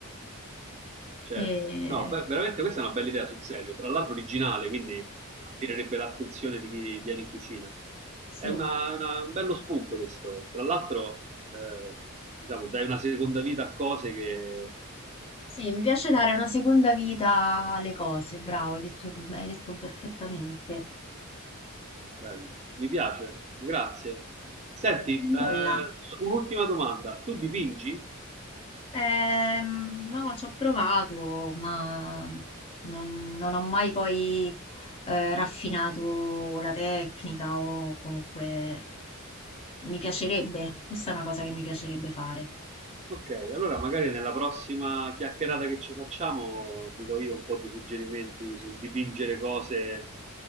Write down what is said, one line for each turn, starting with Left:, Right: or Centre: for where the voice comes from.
Right: Certo.
Left: Eh,
Right: No, beh, veramente questa è una bella idea sul serio, tra l'altro originale, quindi attirerebbe l'attenzione di chi viene in cucina.
Left: sì.
Right: È una- una- un bello spunto questo. Tra l'altro, eh, diciamo, dai una seconda vita a cose che eh,
Left: Sì, mi piace dare una seconda vita alle cose, bravo, hai detto, tu- hai detto perfettamente.
Right: Bello, mi piace, grazie. Senti, eh,
Left: Nulla.
Right: so- un'ultima domanda. Tu dipingi?
Left: Ehm, no, ci ho provato, ma non, non ho mai poi eh, raffinato la tecnica o comunque mi piacerebbe, questa è una cosa che mi piacerebbe fare.
Right: Ok, allora magari nella prossima chiacchierata che ci facciamo ti do io un po' di suggerimenti sul dipingere cose